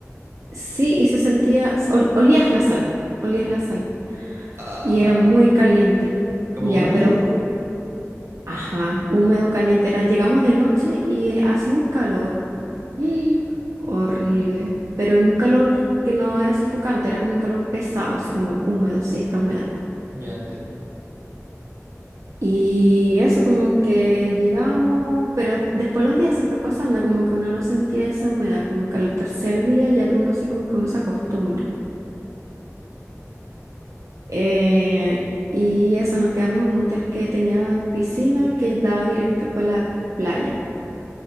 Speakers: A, on the right; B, on the right.
A: Sí, y se sentía, ol- olías la sal, olías la sal
B: Ah,
A: y era muy caliente.
B: como
A: Ya,
B: húmedo,
A: pero Ajá, húmedo, caliente era. Llegamos de noche y eh, hacía un calor ¡ih! horrible, pero era un calor que no era sofocante, era como un calor pesado, así como húmedo, sí, está humedad.
B: ya entiendo.
A: Y eso como que llegamos, pero después los días se fue pasando, como que uno no sentía esa humedad, como que a los tercer día ya uno sí como que uno se acostumbra. Eh, y eso, nos quedamos en un hotel que tenía piscina que daba directo para la playa.